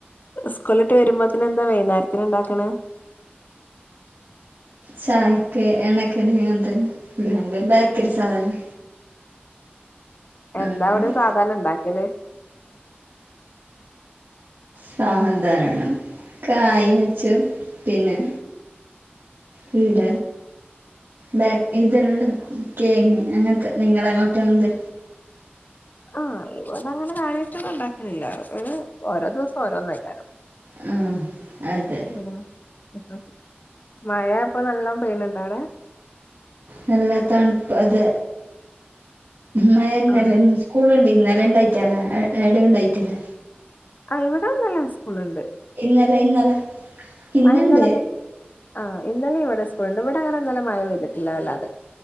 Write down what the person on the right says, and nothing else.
ചായക്ക് എണ്ണക്കടി അങ്ങനത്തെ ഇല്ലെങ്കിൽ ബേക്കറി സാധനം
അങ്ങനെ
സാധാരണം കായച്ചും പിന്നെ വീഡ ബാക്ക് ഇ തരുല്ല കേങ്ങ് അങ്ങനത്തെ നിങ്ങളങ്ങോട്ട് എന്ത്
ആ അതെ
നല്ല തണുപ്പ് അത് മയഞ്ഞല്ലേ
ഇന്ന് സ്കൂള ഇണ്ട് ഇന്നലെ ഇണ്ടായിട്ടല്ല എട ഉണ്ടായിട്ടില്ല
ഇന്നലെ ഇന്നലെ ഇന്നുണ്ട്